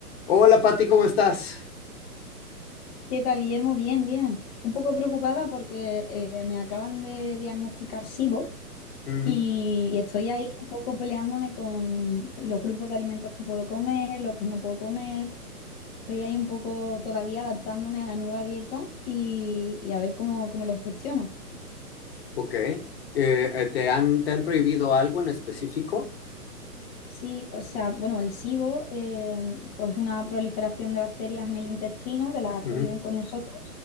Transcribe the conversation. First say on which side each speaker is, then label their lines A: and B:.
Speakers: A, on the left; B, on the left.
A: Hola, Pati, ¿cómo estás?
B: ¿Qué tal, Guillermo? Bien, bien. Un poco preocupada porque eh, me acaban de diagnosticar SIBO
A: Ujú,
B: y, y estoy ahí un poco peleándome con los grupos de alimentos que puedo comer, los que no puedo comer. Estoy ahí un poco todavía adaptándome a la nueva dieta y, y a ver cómo, cómo lo gestiono.
A: Ok. Eh, eh, ¿te han, te han prohibido algo en específico?
B: Sí, o sea, bueno, el SIBO eh, pues es una proliferación de bacterias en el intestino, de las
A: ujú,
B: que viven con nosotros.